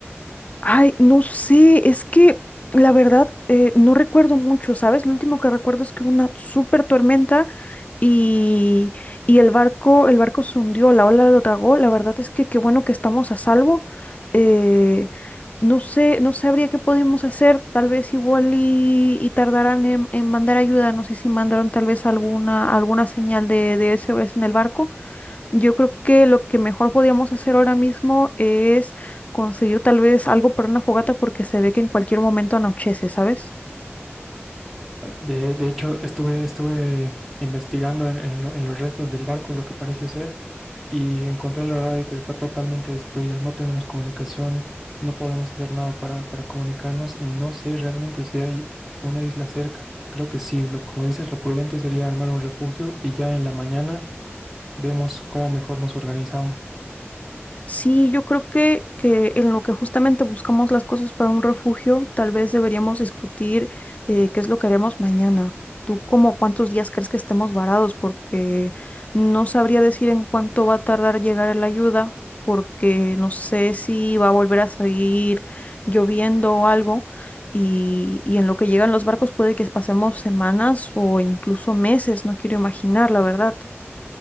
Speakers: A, on the left (about 35°); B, in the centre.
A: Ay, no sé, es que la verdad eh, no recuerdo mucho, ¿sabes? Lo último que recuerdo es que hubo una súper tormenta y, y el barco, el barco se hundió, la ola lo tragó. La verdad es que qué bueno que estamos a salvo. Eh, no sé, no sabría qué podemos hacer. Tal vez igual y, y tardarán en, en mandar ayuda. No sé si mandaron tal vez alguna, alguna señal de, de SOS en el barco. Yo creo que lo que mejor podíamos hacer ahora mismo es conseguir tal vez algo para una fogata porque se ve que en cualquier momento anochece, ¿sabes?
B: De, de hecho, estuve, estuve investigando en, en lo- en los restos del barco lo que parece ser y encontré la radio, pero está totalmente destruida. No tenemos comunicación, no podemos hacer nada para, para comunicarnos y no sé realmente si hay una isla cerca. Creo que sí, lo, como dices, lo prudente sería armar un refugio y ya en la mañana vemos cómo mejor nos organizamos.
A: Sí, yo creo que, que en lo que justamente buscamos las cosas para un refugio, tal vez deberíamos discutir eh, qué es lo que haremos mañana. ¿Tú como cuántos días crees que estemos varados? Porque no sabría decir en cuánto va a tardar llegar la ayuda, porque no sé si va a volver a seguir lloviendo o algo. Y, y en lo que llegan los barcos puede que pasemos semanas o incluso meses, no quiero imaginar, la verdad.